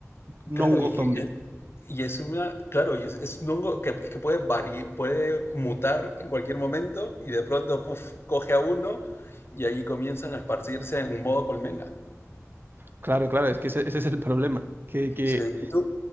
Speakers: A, on the right; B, on the left.
A: no
B: claro
A: un hongo
B: y
A: zombie.
B: que Y es una, claro, y es, es un hongo que es que puede variar puede mutar en cualquier momento y de pronto, puf, coge a uno y ahí comienzan a esparcirse en modo colmena.
A: Claro, claro, es que ese, ese es el problema, que, que
B: Sí, y tú,